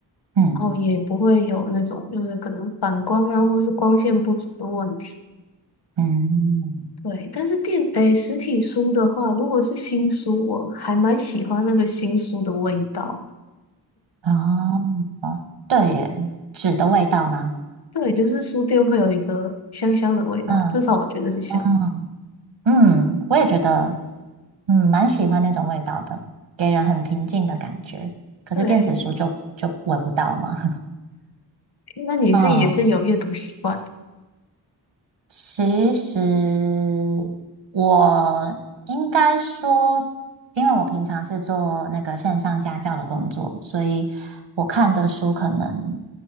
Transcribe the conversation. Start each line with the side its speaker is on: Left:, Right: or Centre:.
Right: 嗯
Left: 然后也不会有那种就是可能反光啊，或是光线不足的问题。
Right: 嗯，
Left: 对，但是电，诶，实体书的话，如果是新书，我还蛮喜欢那个新书的味道。
Right: 哦，对耶，纸的味道吗？
Left: 对，就是书店会有一个香香的味道，
Right: 嗯
Left: 至少我觉得是香的
Right: 哦嗯，我也觉得。嗯，蛮喜欢那种味道的，给人很平静的感觉。可是电子书就就闻不到嘛。
Left: 对，那你是也是有阅读习惯的，
Right: <laughs> 哦，其实我应该说，因为我平常是做那个线上家教的工作，所以我看的书可能